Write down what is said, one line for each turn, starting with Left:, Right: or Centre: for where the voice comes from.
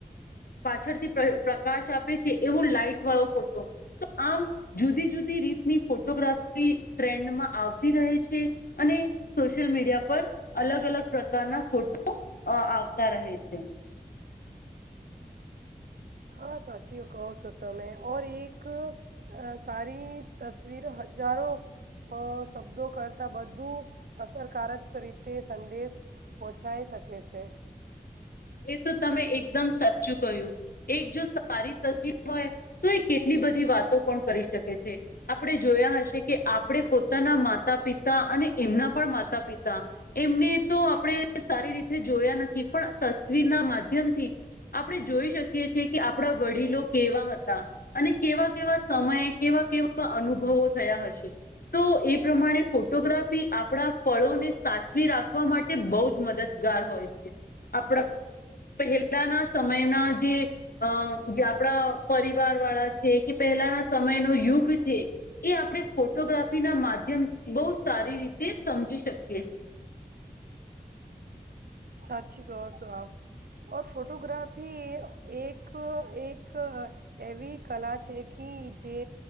Left: પાછળથી પ્રકાશ આપે છે, એવું લાાઈટ વાળો ફોટો, તો આમ જુદી જુદી રીતની ફોટોગ્રાફી ટ્રેન્ડમાં આવતી રહે છે. અને સોશિયલ મીડિયા પર, અલગ-અલગ પ્રકારના ફોટો અ આવતા રહે છે.
Right: હા સાચીઓ કહો સો તમે ઓર એક, અ સારી તસવીરો હજારો, અ શબ્દો કરતાં બધું અસરકારક રીતે સંદેશ, પોચાય શકેે છે.
Left: એ તો તમે એકદમ સાચું કહ્યું એક જો સારી તસવીર હોય તો એ કેટલી બધી વાતો પણ કરી શકે છે. આપડે જોયા હશે કે આપડે પોતાના માતા પિતા અને એમના પણ માતા પિતા એમને તો આપડે સારી રીતે જોયા નથી પણ તસવીરના માધ્યમથી આપડે જોઈ શકીએ છીએ કે આપડા વડીલો કેવા હતા અને કેવા કેવા સમયે કેવા કેવા અનુભવો થયા હશે તો એ પ્રમાણે ફોટોગ્રાફી આપડા પળોને સાચવી રાખવા મા તે બઉ જ મદદગાર હોય છે. આપડા પહેલાના સમયના જે અ જે આપડા પરિવાર વાળા છે કે પહેલાના સમયનો યુગ છે એ આપડે ફોટોગ્રાફી ના માધ્યમથી બહુ સારી રીતે સમજી શકીએ છીએ.
Right: સાચુ કહોસો આપ ઓર ફોટોગ્રાફી એક એક એવી કલા છે કી જે